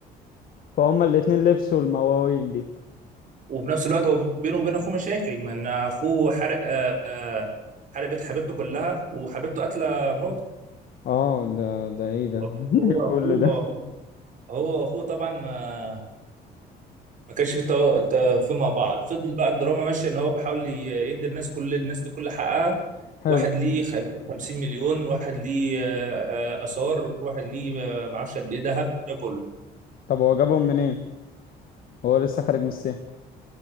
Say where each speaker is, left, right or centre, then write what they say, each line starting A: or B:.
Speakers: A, on the left; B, on the right.
A: فهم الاتنين لبسوا المواويل دي
B: وفي نفس الوقت هو بينه وبين اخوه مشاكل من اخوه حرق آه، آه، حرق بيت حبيبته كلها وحبيبته قاتله مراته
A: اه ده ده ايه ده
B: هو
A: <laughs>
B: هو اخوه
A: كل ده
B: آه، هو اخوه طبعا آه، ما كانش في تو- توافق مع بعض فضل بقى الدراما ماشيه ان هو بيحاول ي- يدي الناس كل الناس دي كل حقها
A: حلو
B: واحد ليه خ- 50 مليون واحد ليه آه، آه، اثار واحد ليه آه، ما اعرفش قد ايه ذهب ده كله
A: طب هو جابهم منين هو لسه خارج من السجن